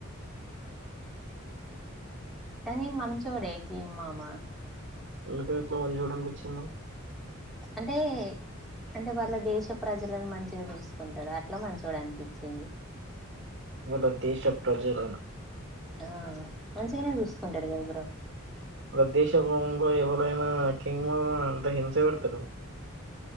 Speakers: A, in the centre; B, on the right.
A: కానీ మంచోడే కిమ్ మామా.
B: ఎందుక అట్లా మంచోడు అనిపిచ్చింది.
A: అంటే అంటే వాళ్ళ దేశ ప్రజలను మంచిగా చూసుకుంటడు అట్లా మంచోడు అనిపించింది.
B: మన దేశ ప్రజలను
A: ఆ మంచిగనే చూసుకుంటడు కదా బ్రో.
B: ప్రదేశ భావంలో ఎవరైనా కింగ్ మామా అంత హింస పెడతడు.